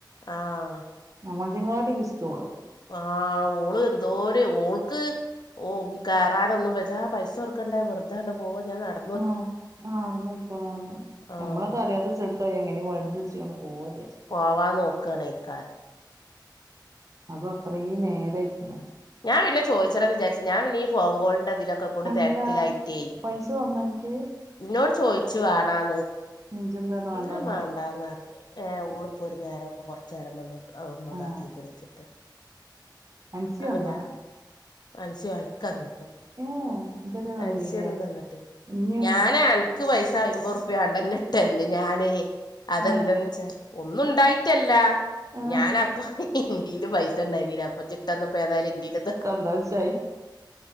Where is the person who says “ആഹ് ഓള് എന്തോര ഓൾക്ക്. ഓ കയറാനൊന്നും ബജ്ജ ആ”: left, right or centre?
Left